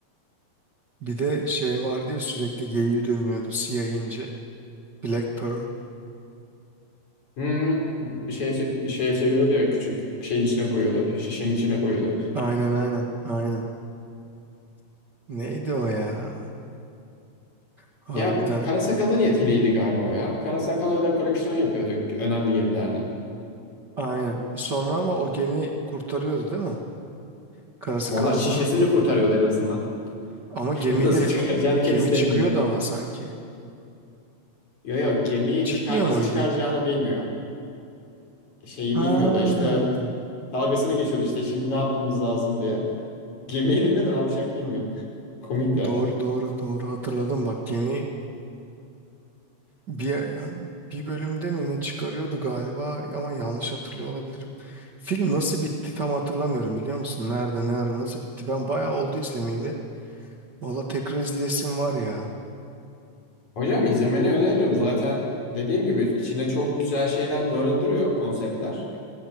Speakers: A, on the right (about 65°); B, on the left (about 40°).
A: Bir de şey vardı ya sürekli geyiği dönüyordu siyah ince. Black Pearl.
B: Hmm, şey şeye çeviriyordu ya küçük şeyin içine koyuyordu. Şişenin içine koyuyordu.
A: Aynen aynen aynen. Neydi o ya? Harbiden
B: Ya Karasakal'ın yeteneğiydi galiba o ya. Karasakal öyle koleksiyon yapıyordu önemli gemilerden.
A: Aynen. Sonra ama o gemi kurtarıyordu değil mi? Karası
B: Valla
A: kalan
B: şişesini
A: sonra.
B: kurtarıyordu en azından.
A: Ama
B: <laughs>
A: gemide
B: Nasıl çıkaracağını kendisi
A: gemi çıkıyordu
B: de bilmiyordu.
A: ama sanki.
B: Yo yo gemiyi
A: Çıkmıyor
B: çıkar nasıl
A: muydu?
B: çıkaracağını bilmiyor. Şeyi
A: Ha.
B: bilmiyordu. İşte dalgasını geçiyordu işte şimdi ne yapmamız lazım diye. Gemi elinde de ne yapacak bilmiyor. Komik de.
A: Doğru doğru doğru hatırladım bak gemi bir bir bölümde mi ne çıkarıyordu galiba ama yanlış hatırlıyor olabilirim. Film nasıl bitti tam hatırlamıyorum biliyor musun? Nerede ne ara nasıl bitti? Ben bayağı oldu izlemeyeli. Valla tekrar izleyesim var ya.
B: Hocam izlemeni öneririm. Zaten dediğim gibi içinde çok güzel şeyler barındırıyor konseptler.